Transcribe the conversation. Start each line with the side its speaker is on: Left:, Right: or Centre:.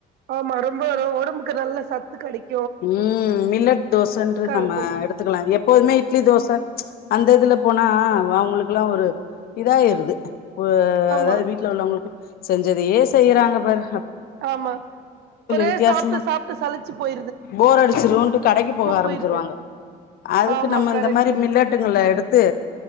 Right: ஆமா ரொம்பரோ உடம்புக்கு நல்ல சத்து கிடைக்
Left: உம் மில்லட் தோசைன்ற நம்ம
Right: இருக்கு
Left: எடுத்துக்கலாம் எப் எப்போதுமே இட்லி தோசை ச்சு அந்த இதுல போனா அவுங்களுளக்குல்லாம் ஒரு இதாயிறுது <unintelligible>
Right: ஆமா
Left: அதாவது வீட்ல வந்த அவுங்களுக்கு செஞ்சதுயே செய்யறாங்க பார்
Right: ஆமா ஒரே
Left: வித்தியாசமா
Right: சாப்பிட்டு சாப்பிட்டு சலிச்சு போயி
Left: போர் அடிச்சிருன்ட்டு கடைக்கு போக ஆரம்பிச்சிருவாங்க
Right: போயிருது
Left: அதுக்கு
Right: ஆமா
Left: நம்ம
Right: கரெக்ட்டு
Left: இந்த மாரி மில்லட்டுங்களை எடுத் தே